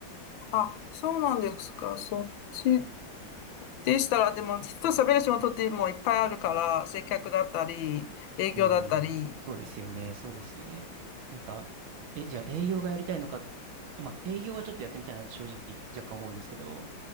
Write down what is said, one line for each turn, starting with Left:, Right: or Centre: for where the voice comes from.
Left: あ、そうなんですか。そっちでしたら、でも、人と喋る仕事ってもういっぱいあるから、接客だったり、営業だったり。
Right: うーん。そうですよね。そうですよね。なんか、え、じゃあ営業がやりたいのか、まあ、営業はちょっとやってみたいな、正直、若干思うんですけど、